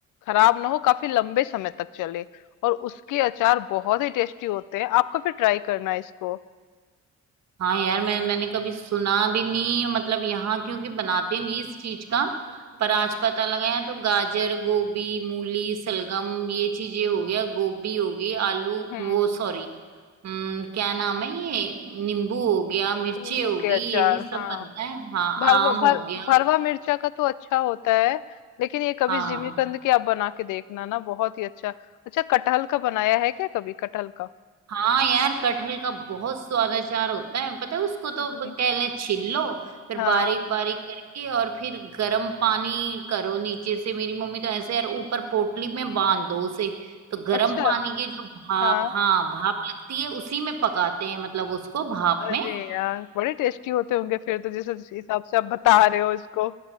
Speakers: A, on the left; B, on the right.
A: खराब ना हो काफी लंबे समय तक चले और उसके अचार बहुत ही टेस्टी होते हैं आपको भी ट्राई करना है इसको
B: हाँ यार मैं मैंने कभी सुना भी नहीं मतलब यहाँ क्योंकि बनाते नहीं इस चीज का पर आज पता लगा यहाँ तो गाजर गोभी मूली सलगम ये चीजें हो गया गोभी हो गई आलू
A: हम्म
B: वो सॉरी हम्म क्या नाम है ये नींबू हो गया मिर्ची
A: नींबू
B: होगी
A: के अचार
B: यही सब
A: हाँ
B: बनता है हाँ
A: भरवा
B: आम हो
A: भर
B: गया
A: भरवा मिर्चा का तो अच्छा होता है लेकिन ये कभी
B: हाँ
A: जिमीकंद की आप बना के देखना ना बहुत ही अच्छा अच्छा कटहल का बनाया है क्या कभी कटहल का
B: हाँ यार कटहल का बहुत स्वाद अचार होता है पता है उसको तो
A: हम्म,
B: पहले छील लो फिर
A: हाँ
B: बारीक बारीक करके और फिर गर्म पानी करो नीचे से मेरी मम्मी तो ऐसे यार ऊपर पोटली में बांध दो उसे तो गर्म
A: अच्छा,
B: पानी की जो भाप
A: हाँ।
B: हाँ भाप लगती है उसी में पकाते हैं मतलब उसको भाप
A: अरे
B: में
A: यार! बड़े टेस्टी होते होंगे फिर तो जिस जिस हिसाब से आप बता रहे हो इसको।